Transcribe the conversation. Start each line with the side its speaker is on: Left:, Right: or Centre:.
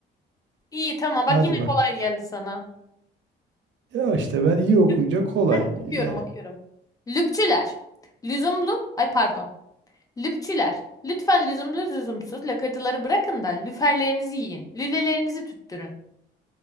Left: İyi tamam
Right: Hadi
Left: bak yine
Right: bakalım.
Left: kolay geldi sana.
Right: Ya işte ben iyi okuyunca
Left: Lüp-
Right: kolay
Left: Hadi okuyorum
Right: yani.
Left: okuyorum. Lüpçüler. Lüzumlu. Ay pardon. Lüpçüler, lütfen lüzumlu lüzumsuz lakırtıları bırakın da lüferlerinizi yiyin, lülelerinizi tüttürün.